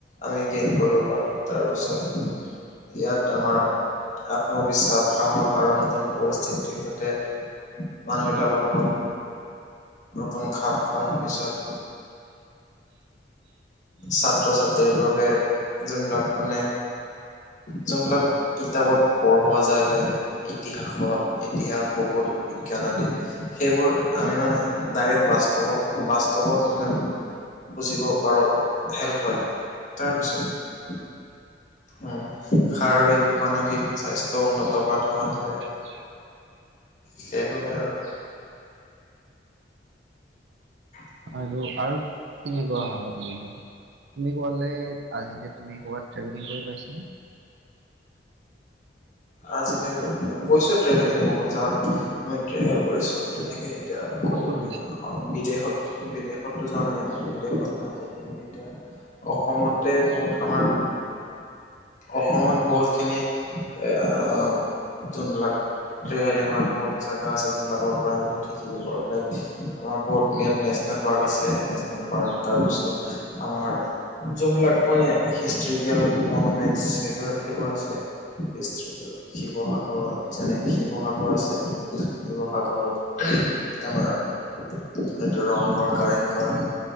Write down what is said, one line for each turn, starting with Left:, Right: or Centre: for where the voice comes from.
Left: আমি গেইন কৰিব পাৰোঁ। তাৰপাছত ইয়াত আমাৰ আত্মবিশ্বাস, সাহস আৰু নতুন পৰিস্থিতিৰ সৈতে মানুহ বিলাকৰ লগত অকণ খাপ খোৱাই পিছত ছাত্ৰ ছাত্ৰীৰ বাবে যোনবিলাক মানে যোনবিলাক কিতাপত পঢ়োৱা যায় লাইক ইতিহাসত ইতিহাস, ভূগোল, বিজ্ঞান আদিত সেইবোৰ আমি মানে ডাইৰেক্ট বাস্তৱ বাস্তৱত মানে বুজিব পাৰোঁ হেল্প হয়। তাৰপিছত উম, শাৰীৰিক, মানসিক স্বাস্থ্য উন্নত কৰাত সহায় কৰে।
Right: <unintelligible>
Left: সেইবোৰে আৰু <unintelligible>
Right: আৰু আৰু কেনেকুৱা ভাবা তুমি ভাল তুমি ক'বালে আজিলে তুমি ক'বাত ট্ৰেভেলিং কৰি পাইছা ন
Left: আজিলে গৈছো ট্ৰেভেলিং বহুত জাগাত, আমি ট্ৰেভেল কৰিছো তেনেকেই এতিয়া <unintelligible>
Right: ক'ত ক'ত গৈছা?
Left: বিদেশত বিদেশতো যোৱা নাই তেনেকে বিদেশত নাই যোৱা তেনেকে এতিয়া অসমতে বহুত আমাৰ অসমত বহুত খিনি এ অঁ যোনবিলাক ট্ৰেভেলিঙৰ বহুত জেগা আছে। যোনবাকৰ পৰাই বহুত দিব পাৰো লাইক আমাৰ বহুত ইয়াত নেচনেল পাৰ্ক আছে। নেশচনেল পাৰ্ক তাৰ পিছত আমাৰ যবিলাক মানে হিষ্টৰিকেল মনুমেন্টচ সেইবোৰ সেইবোৰ আছে। হিষ্টিকেল শিৱসাগৰত যেনে শিৱসাগৰ আছে। শিৱসাগৰত আমাৰ এইটো ৰং ঘৰ, কাৰেং ঘৰ।